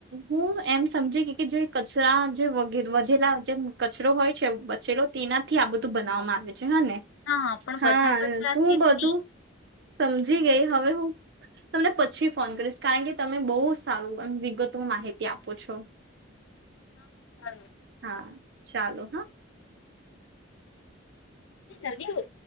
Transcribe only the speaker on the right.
હું એમ સમજી ગઈ કે જે કચરા જેે વધેલા જેમ કચરો હોય છે બચેલો તેનાથી આપ આ બધું બનાવામાં આવે છ છે અને
હા
હું બધું
સમજી ગઈ હવે હું. તમને પછી ફોન કરીશ કારણ કે તમે બહુ સારું એમ વિગત માહિતી આપો છો.
હા ચાલો હા.